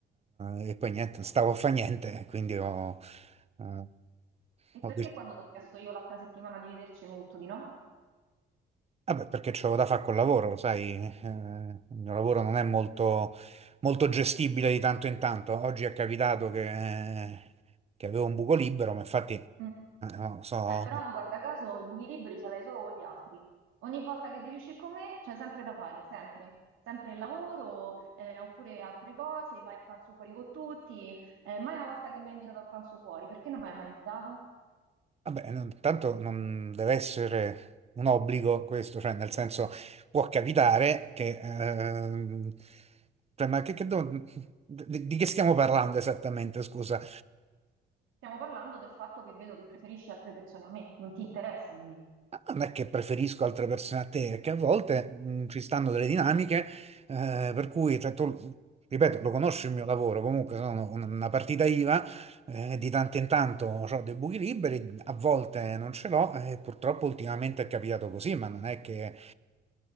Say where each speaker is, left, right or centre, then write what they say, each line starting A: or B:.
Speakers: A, on the right; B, on the right.
A: eh, eh, e poi niente, non stavo a fa niente, quindi ho, eh,
B: E
A: ho
B: perché
A: deciso.
B: quando ti ho chiesto io l'altra settimana di vederci mi hai detto di no?
A: Vabbè, perché c'avevo da fare col lavoro, lo sai, eh, il mio lavoro non è molto, molto gestibile di tanto in tanto. Oggi è capitato che, eh, che avevo un buco libero, ma infatti... Eh,
B: Mm.
A: no, so,
B: Eh, però guarda caso i buchi liberi ce l'hai solo con gli altri. Ogni volta che devi uscire con me c'è sempre da fare, sempre. Sempre il lavoro, eh, oppure altre cose, vai a pranzo fuori con tutti. Eh, mai una volta che mi hai invitato a pranzo fuori, perché non mi hai mai invitato?
A: Vabbè, non- tanto non deve essere un obbligo questo, cioè nel senso può capitare che... ehm, cioè, ma che, che do- di, di che stiamo parlando esattamente, scusa?
B: Stiamo parlando del fatto che vedo che preferisci altre persone a me, non ti interessa di me.
A: Non è che preferisco altre persone a te, è che a volte mh, ci stanno delle dinamiche eh, per cui, cioè, tu, ripeto, lo conosci il mio lavoro, comunque sono un- una partita IVA, eh, di tanto in tanto ho dei buchi liberi, a volte non ce l'ho e purtroppo ultimamente è capitato così, ma non è che, eh,